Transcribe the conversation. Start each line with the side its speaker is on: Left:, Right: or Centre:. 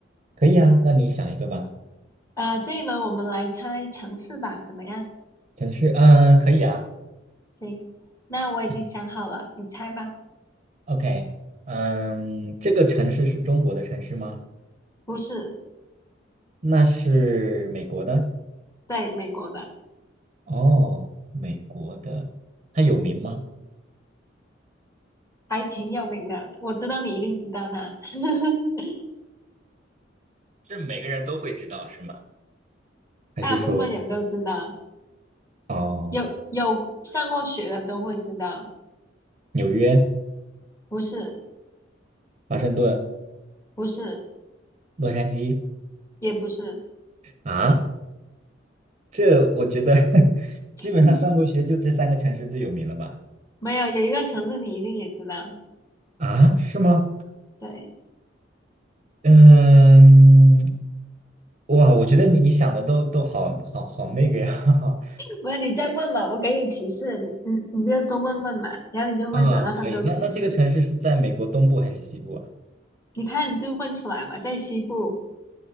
Right: 可以啊，那你想一个吧。
Left: 呃，这一轮我们来猜城市吧，怎么样？
Right: 城市，嗯，可以啊。
Left: 行，那我已经想好了，
Right: 嗯
Left: 你猜吧。
Right: OK，嗯，这个城市是中国的城市吗？
Left: 不是，
Right: 那是美国的。
Left: 对，美国的，
Right: 哦，美国的，它有名吗？
Left: 还挺有名的，我知道你一定知道它，<laughs>
Right: 是每个人都会知道是吗？还是说
Left: 大部分人都知道。
Right: 哦，
Left: 有有上过学的都会知道，
Right: 纽约、
Left: 不是
Right: 华盛顿、
Left: 不是
Right: 洛杉矶
Left: 也不是，
Right: 啊？这我觉得 <laughs> 基本上上过学就这三个城市最有名了吧？
Left: 嗯，没有有一个城市你一定也知道，
Right: 啊，是吗？
Left: 对，
Right: 嗯，哇，我觉得你你想的都都好好好那个呀。<laughs>
Left: 不是你再问嘛，我给你提示，你你你就多问问嘛，然后你就会得到很多提示，
Right: 啊，可以。那那这个城市是在美国东部还是西部啊？
Left: 你看你就问出来嘛，在西部，